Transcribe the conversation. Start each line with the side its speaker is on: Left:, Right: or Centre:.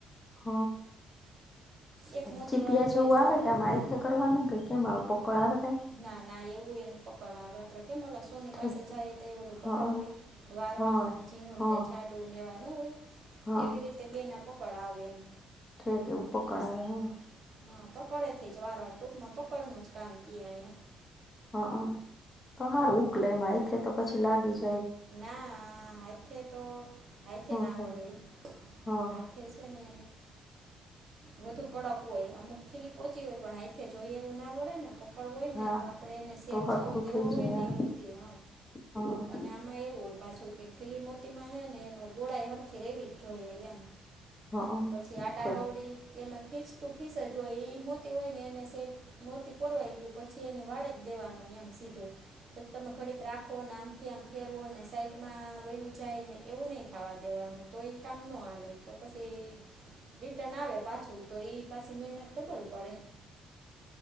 Left: હ
Right: એક મોતીવાળું
Left: ચીપિયા
Right: હોય
Left: જેવું
Right: તો
Left: આવે કે આ મા. એ કરવાનું કે કે મા આવ પકડ આવે ક
Right: ના ના એવું એનું પકડ આવે આપડે કેમલાસ. ની
Left: છે
Right: પાસે જાય તહેવરું
Left: હા
Right: પકડ હોય વારવાનું
Left: હા
Right: ઝીણું
Left: હા
Right: ને જાડું નેવા ન હોય.
Left: હા
Right: એવી રીતે બેને પકડ આવે એમ.
Left: ઠેક એવું પકડ
Right: બસ
Left: આવે હા.
Right: હા પકડે થી જ વારવા ટૂંક માં પકડનું જ કામ કએ અહીયા.
Left: હા તો સારું ઉકલે એમાં એથે તો પછી લાગી જ.
Right: ના હથે તો હાઈથે ના
Left: થાય
Right: હોો રહી
Left: હા
Right: હ. થ છે ને. વધુ કડક હોય અમુક ખીલી પોહોંચી હોય પણ આઈથે જોઈ એવું ના વડે ને પકડ હોય
Left: હા
Right: ને તો આપણે એને સેફ
Left: તો હરખું
Right: જેવો દેવો
Left: થઈ
Right: હોય
Left: જાય
Right: ને એવું દી હ.
Left: હા
Right: આમાં એવું હોય પાછું કે ખીલી મોતીમાં હ ને એનો ગોળ એ સરરખી રેવી જ જોઈએ એમ.
Left: અલગ
Right: પછી આડાહડી કે ફિક્સ ટુ ફીસ જ હોય એ મોતી હોય ને એને સેટ મોતી પરરવાઈ ગયું પછી એને વાળી જ દેવાનું એમ સીધું પછી તમે ઘડીક રાખો અનેને આમ. થી આમ ફેરવો અને સાઈડમાં વયું જાય ને એવું નહીં થવા દેવાનું. તો એ કામ ન હાલે તો પછી રિટર્ન આવે પાછું. તો એ પાછી મિનાર તો ભલ પડે.